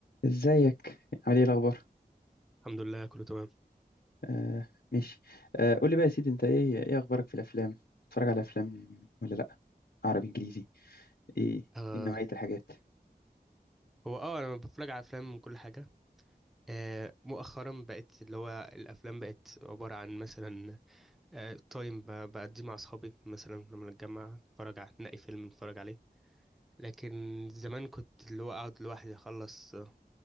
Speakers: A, on the left (about 75°); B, in the centre.
A: ازيك عامل ايه الاخبار
B: الحمد لله كله تمام
A: آه ماشي آه قول لي بقى يا سيدي انت ايه ايه اخبارك في الافلام بتتفرج على افلام ولا لا عربي انجليزي ايه
B: آه
A: ايه نوعية الحاجات
B: هو اه انا بتفرج على افلام وكل حاجه آه مؤخرا بقت اللي هو الافلام بقت عباره عن مثلا آه تايم ب- بقضيه مع اصحابي مثلا لما نتجمع نتفرج على نلاقي فيلم نتفرج عليه لكن زمان كنت اللي هو اقعد لوحدي اخلص آه،